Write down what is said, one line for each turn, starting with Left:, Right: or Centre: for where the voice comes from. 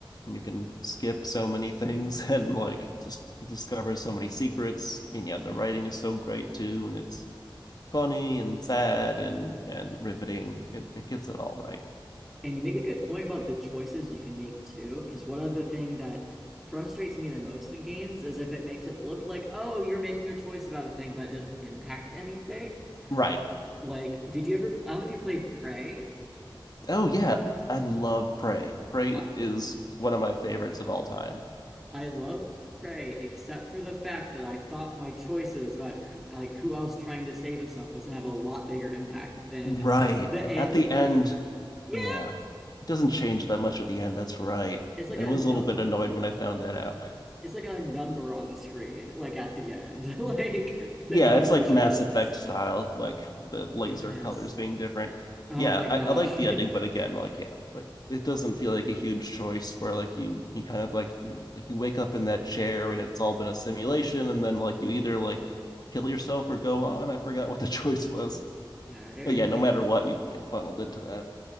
Left: And you can skip so many things <laughs> and like just discover so many secrets. And yeah, the writing is so great too, and it's funny and sad and and riveting. It, it gets it all right.
Centre: And you make a good point about like, the choices you can make too, because one of the thing that frustrates me the most in games is if it makes it look like, oh, you're making a choice about a thing, but it doesn't impact anything.
Left: Right.
Centre: Like, did you ever, I don't know if you played Prey.
Left: Oh yeah, I love Prey. Prey
Centre: uh,
Left: is one of my favorites of all time.
Centre: I love Prey, except for the fact that I thought my choices about like who else trying to save and stuff was gonna have a lot bigger impact than
Left: Right.
Centre: the end
Left: At the
Centre: of like,
Left: end,
Centre: yeah,
Left: yeah. It doesn't change that much at the end. That's right.
Centre: it's like
Left: I
Centre: a
Left: was
Centre: number.
Left: a little bit annoyed when I found that out.
Centre: It's like a number on the screen, like at the end. <laughs> Like the
Left: Yeah,
Centre: number
Left: it's like
Centre: changes.
Left: Mass Effect style, like the laser
Centre: Yes.
Left: colors being different.
Centre: Oh
Left: Yeah,
Centre: my gosh.
Left: I, I like the ending,
Centre: <laughs>
Left: but again, like yeah, like it doesn't feel like a huge choice where like you you kind of like like you wake up in that chair and it's all been a simulation, and then like you either like kill yourself or go on. I forgot what the <laughs> choice was,
Centre: Yeah, a-
Left: but
Centre: and
Left: yeah, no
Centre: like
Left: matter what, you get funneled into that.